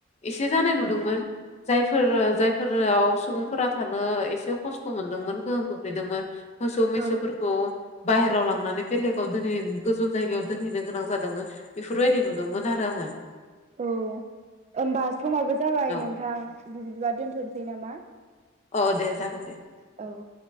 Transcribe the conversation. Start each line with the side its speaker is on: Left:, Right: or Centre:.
Left: एसे जानाय नुदोंमोन
Right: औ
Left: जायफोर जायफोराव सुबुंफोरा थानो एसे खस्थ' मोनदोंमोन गोहोम खोख्लैदोंमोन मोसौ
Right: औ
Left: मैसोफोरखौ बाहेराव लांनानै बेलेग दोनै गोजौ जायगायाव दोनहैनो गोनां जादोंमोन बेफोरबायदि नुदोंमोन आरो आङो
Right: औ होमबा समाबो जाबाय
Left: औ
Right: नोंथां बिदिबा दोनथ'नोसै नामा
Left: औ दे जागोन दे
Right: औ